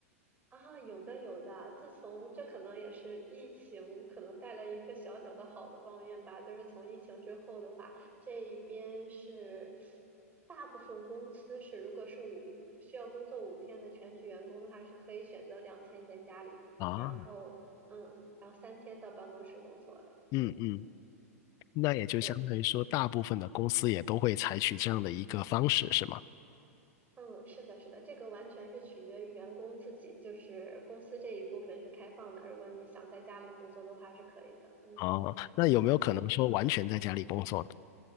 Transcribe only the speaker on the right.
啊，有的有的，自从这可能也是疫情，可能带来一个小小的好的方面吧，就是从疫情之后的话，这一边是大部分公司是，如果是五需要工作五天的全职员工的话，是可以选择两天在家里，
然后嗯，然后三天到办公室工作的，
嗯，
对，
嗯，是的，是的，这个完全是取决于员工自己，就是公司这一部分是开放的，如果你想在家里工作的话是可以的，嗯。
嗯，